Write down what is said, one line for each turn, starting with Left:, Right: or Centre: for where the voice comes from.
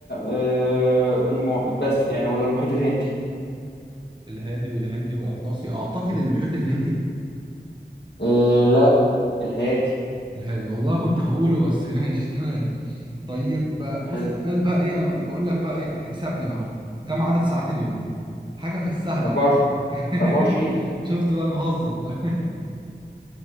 Left: أه الم... بس يعني ولا المحيط الهندي
Right: الهادي والهندي والاطلسي اعتقد المحيط الهندي
Left: أه لا الهادي
Right: الهادي والله كنت هقوله بس ماشي تمام طيب
Left: حلو
Right: بص السؤال بقى ايه انا بقول لك بقى ايه اكسبني بقى اهو كم عدد ساعات اليوم حاجة في السهل
Left: 24
Right: أهو <laughs>
Left: 24
Right: شفت بقى أنا بهزر بقى.